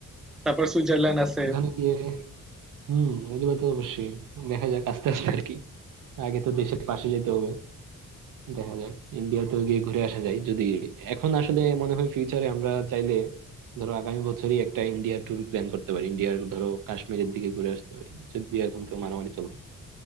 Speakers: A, in the centre; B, on the right.
A: তারপর সুইজারল্যান্ড আছে
B: ওখানে গিয়ে হম ওগুলো তো অবশ্যই দেখা যাক আস্তে আস্তে আর কি আগে তো দেশের পাশে যেতে হবে দেখা যাক ইন্ডিয়াতেও গিয়ে ঘুরে আসা যায় যদি এখন আসলে মনে হয় ফিউচারে আমরা চাইলে ধরো আগামী বছরই একটা ইন্ডিয়া ট্যুর প্ল্যান করতে পারি ইন্ডিয়ার ধরো কাশ্মীরের দিকে ঘুরে আসতে পারি যদি এখন তো মারামারি চলো